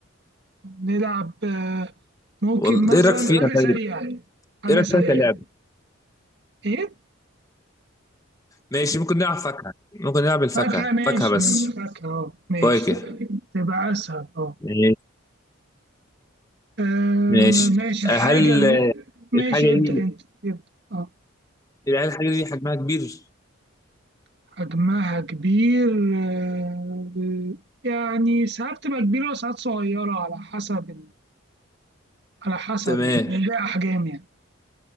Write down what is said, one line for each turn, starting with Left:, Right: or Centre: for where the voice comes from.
Right: نلعب آه، ممكن
Left: والله
Right: مثلا
Left: ايه رايك فيها
Right: حاجة سريعة
Left: طيب
Right: حاجة
Left: ايه رايك
Right: سريعة
Left: فيها كلعبه
Right: إيه؟
Left: ماشي ممكن نلعب فاكهة ممكن نلعب الفاكهة
Right: فاكهة ماشي
Left: فاكهة بس
Right: ماشي فاكهة أه ماشي
Left: فواكه
Right: تبقى أسهل أه
Left: ماشي
Right: آه،
Left: ماشي
Right: ماشي الحاجة
Left: آه، هل
Right: اللي-
Left: ال-
Right: ماشي
Left: الحاجة
Right: ابدأ
Left: دي
Right: أنت ابدأ أه
Left: هل الحاجة دي حجمها كبير؟
Right: حجمها كبير آه، يعني ساعات تبقى كبيرة وساعات صغيرة على حسب ال... على حسب
Left: تمام
Right: الأحجام يعني